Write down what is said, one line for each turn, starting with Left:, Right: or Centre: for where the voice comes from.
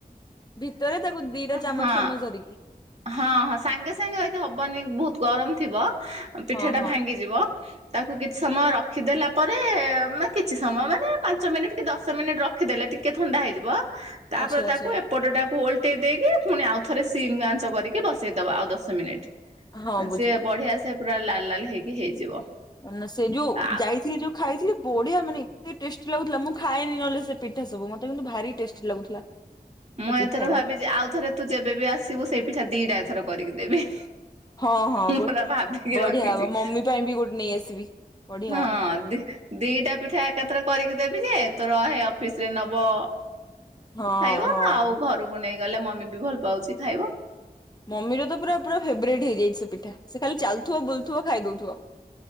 Left: ଭିତରେ ତାକୁ ଦିଟା ଚାମଚ
Right: ହଁ
Left: ଫାମଚ ଧରିକି।
Right: ହଁ ହଁ ସାଙ୍ଗେ ସାଙ୍ଗେ ବାକି ହବନି ବହୁତ ଗରମ ଥିବ ପିଠା
Left: ହଁ
Right: ଟା
Left: ହଁ
Right: ଭାଙ୍ଗିଯିବ। ତାକୁ କିଛି ସମୟ ରଖିଦେଲା ପରେ କିଛି ସମୟ ମାନେ ପାଞ୍ଚ ମିନିଟ କି ଦଶ ମିନିଟ ରଖିଦେଲେ ଟି ଟିକେ ଥଣ୍ଡା ହେଇଯିବ ତାପରେ
Left: ଆଚ୍ଛା
Right: ତାକୁ
Left: ଆଚ୍ଛା
Right: ଏପଟଟାକୁ ଓଲଟେଇ ଦେଇକି ପୁଣି ଆଉ ଥରେ ସିମ କରିକି ବସେଇଦବା ଆଉ ଦଶ ମିନିଟ
Left: ହଁ ବୁଝିଲି।
Right: ସିଏ ବଢିଆ ସେ ପୁରା ଲାଲ ଲାଲ ହେଇକି ହେଇଯିବ।
Left: ନା ସେ ଯୋଉ
Right: ଆ
Left: ଯାଇଥିଲି ଯୋଉ ଖାଇଥିଲି ବଢିଆ ମାନେ ଏତେ ଟେଷ୍। ଲାଗୁଥିଲା ମୁଁ ଖାଏନି ନହଲେ ସେ ପିଠା ସବୁ ମତେ କିନ୍ତୁ ଭାରି ଟେଷ୍ଟି ଲାଗୁଥିଲା।
Right: ମୁଁ
Left: ସେ
Right: ଏଥର
Left: ପିଠା ଟା।
Right: ଭାବିଛି ଆଉ ଥରେ ତୁ ଯେବେ ବିି ଆସିବୁ ସେଇ ପିଠା ଦିଟା ଏଥର କରିକି ଦେବି।
Left: ହଁ ହଁ
Right: ମୁଁ
Left: ଗୋ
Right: ପୁରା ଭାବିକି
Left: ବଢିଆ
Right: ରଖିଛି
Left: ହବ ମମି ପାଇଁ ବି ଗୋଟେ ନେଇ ଆସିବି। ବଢିଆ
Right: ହଁ
Left: ହବ
Right: ଦିଟା ପିଠା ଏକାଥରେ କରିକି ଦେବି ଯେ ତୋ ରହେ ଅଫିସ ରେ ନବ
Left: ହଁ
Right: ଖାଇବ
Left: ହଁ।
Right: ଆଉ ଘରକୁ ନେଇ ଗଲେ ମମି ବି ଭଲ ପାଉଛି ଖାଇବ।
Left: ମମିର ତ ପୁର ପୁରା ଫେବରରେଟ୍ ହେଇଯାଇଛି ସେ ପିଠା ସେ ଖାଲି ଚାଲୁଥିବ ବୁଲୁଥିବ ଖାଇଦଉଥିବ।